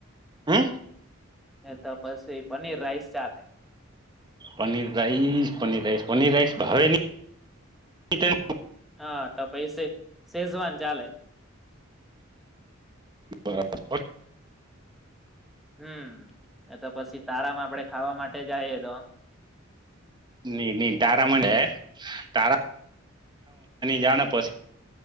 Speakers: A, on the right; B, in the centre.
A: હમ
B: એ તો પછી પનીર રાઈસ ચાલે
A: paneer rice paneer rice paneer rice ભાવે ની
B: હા તો પૈ શેઝવાન ચાલે.
A: બરાબર.
B: હમ એ તો પછી તારામાં આપડે ખાવા માટે જાય. કા
A: ની ની તારા મને ાર જા પછી